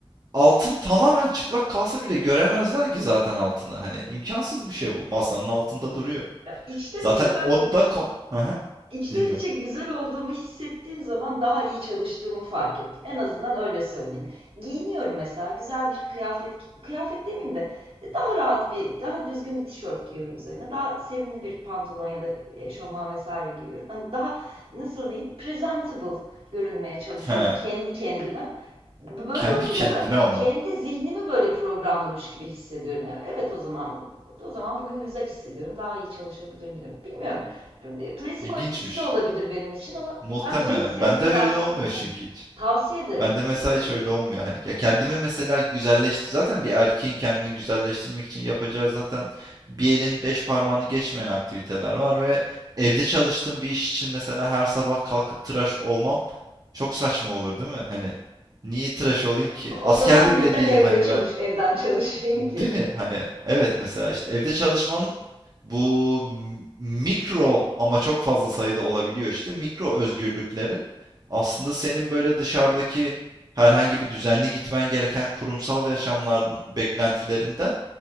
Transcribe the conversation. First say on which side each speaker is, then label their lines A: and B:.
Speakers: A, on the right; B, on the right.
A: Altın tamamen çıplak kalsa bile göremezler ki zaten altını. Hani imkansız bir şey bu. Masanın altında duruyor.
B: Ya içten
A: Zaten
B: içe ben
A: onda ko Aha,
B: İçten
A: dinliyorum.
B: içe güzel olduğumu hissettiğim zaman daha iyi çalıştığımı fark ettim. En azından öyle söyleyeyim. Giyiniyorum mesela güzel bir kıyafet, kıyafet demeyeyim de e, daha rahat bir, daha düzgün bir tişört giyiyorum üzerine. Daha sevimli bir pantolon ya da eşofman vesaire giyiyorum. Hani daha nasıl diyeyim presentable görünmeye çalışıyorum
A: He.
B: kendi kendime. Böyle
A: Kendi
B: olunca
A: kendine
B: da
A: ama.
B: kendi zihnimi böyle programlamış gibi hissediyorum. E- Evet o zaman o zaman bugün güzel hissediyorum. Daha iyi çalışabilirim diyorum. Bilmiyorum. E, Placebo
A: İlginçmiş.
B: etkisi de olabilir benim için ama
A: Muhtemelen.
B: ben iyi hissetmeye
A: Bende öyle
B: başladım
A: olmuyor
B: kendim.
A: çünkü hiç.
B: Tavsiye ederim.
A: Bende mesela
B: Çok keyifli.
A: hiç öyle olmuyor hani. Ya kendimi mesela güzelleşti. Zaten bir erkeğin kendini güzelleştirmek için yapacağı zaten bir elin beş parmağını geçmeyen aktiviteler var ve evde çalıştığım bir iş için mesela her sabah kalkıp tıraş olmam çok saçma olur değil mi? Hani niye tıraş olayım ki?
B: <laughs>
A: Askerde
B: O zaman
A: bile
B: neden
A: değilim
B: evde
A: hani
B: çalış,
A: ben
B: evden çalışayım
A: Değil
B: ki?
A: mi? Hani evet mesela işte evde çalışmanın bu m- mikro ama çok fazla sayıda olabiliyor işte mikro özgürlükleri aslında senin böyle dışarıdaki herhangi bir düzenli gitmen gereken kurumsal yaşamların beklentilerinden